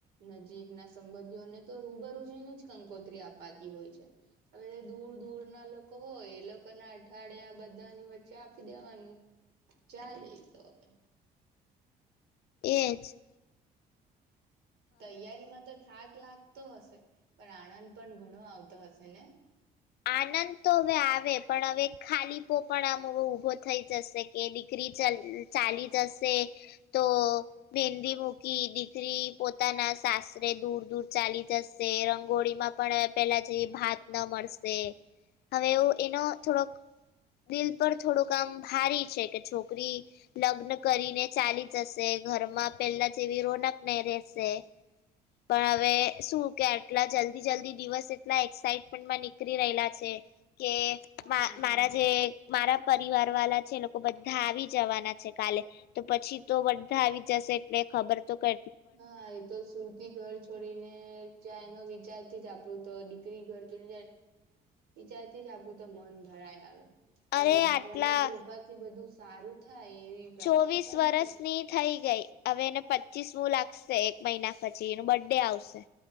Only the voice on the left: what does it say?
એ જ.
આનંદ તો હવે આવે પણ હવે ખાલી પો પણ આમ ઊભો થઈ જશે કે દીકરી ચાલી જશે, તો મહેંદી મૂકી દીકરી પોતાના સાસરે દૂર દૂર ચાલી જશે રંગોળીમાં પણ પેલા જે ભાત ન મળશે. હવે એવ એનો થોડોક દિલ પર થોડું કામ ભારી છે કે છોકરી, લગ્ન કરીને ચાલી જશે ઘરમાં પેલા જેવી રોનક નહી રહેશે. પણ હવે શું કે આટલા જલ્દી જલ્દી દિવસ એટલા એક્સાઈટમેન્ટમાં નીકળી રહેલા છે. કે
મારા જે મારા પરિવાર વાળા છે લોકો બધા આવી જવાના છે કાલે, તો પછી તો બધા આવી જશે એટલે ખબર તો કે
અરે
આટલા
ચોવીસ
વર્ષ ની થઈ. ગઈ હવે એને પચીસમું લાગશે એક મહિના પછી એનું બર્થ ડે આવશે.